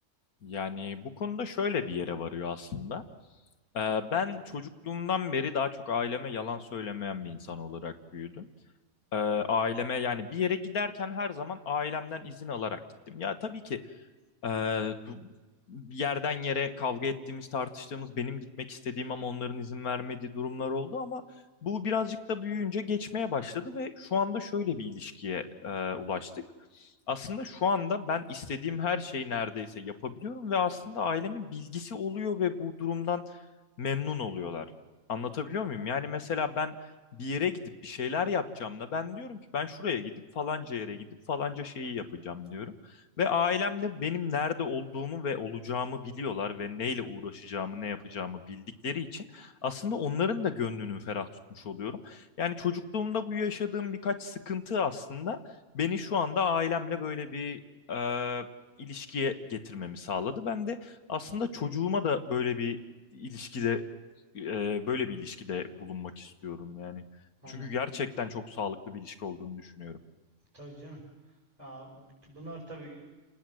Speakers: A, on the left; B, on the right.
A: Yani bu konuda şöyle bir yere varıyor aslında. Ee, ben çocukluğumdan beri daha çok aileme yalan söylemeyen bir insan olarak büyüdüm. Ee, aileme yani bir yere giderken her zaman ailemden izin alarak gittim. Ya tabii ki ee, du- yerden yere kavga ettiğimiz, tartıştığımız, benim gitmek istediğim ama onların izin vermediği durumlar oldu ama bu birazcık da büyüyünce geçmeye başladı ve şu anda şöyle bir ilişkiye e, ulaştık. Aslında şu anda ben istediğim her şeyi neredeyse yapabiliyorum ve aslında ailemin bilgisi oluyor ve bu durumdan memnun oluyorlar. Anlatabiliyor muyum? Yani mesela ben bir yere gidip bir şeyler yapacağım da ben diyorum ki ben şuraya gidip falanca yere gidip falanca şeyi yapacağım diyorum. Ve ailem de benim nerede olduğumu ve olacağımı biliyorlar ve neyle uğraşacağımı, ne yapacağımı bildikleri için aslında onların da gönlünü ferah tutmuş oluyorum. Yani çocukluğumda bu yaşadığım birkaç sıkıntı aslında beni şu anda ailemle böyle bir e, ilişkiye getirmemi sağladı. Ben de aslında çocuğuma da böyle bir ilişkide e, böyle bir ilişkide bulunmak istiyorum yani.
B: Anladım.
A: Çünkü gerçekten çok sağlıklı bir ilişki olduğunu düşünüyorum.
B: Tabii canım. Ya, bunlar tabii